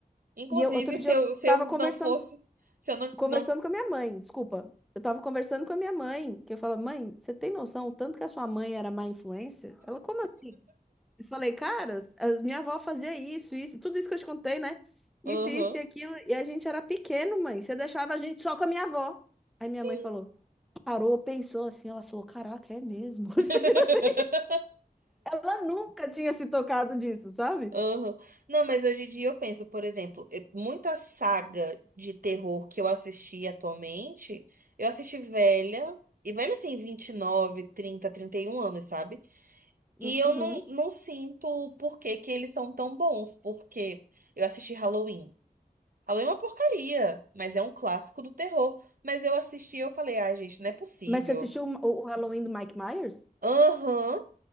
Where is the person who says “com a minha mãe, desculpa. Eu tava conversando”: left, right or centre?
Centre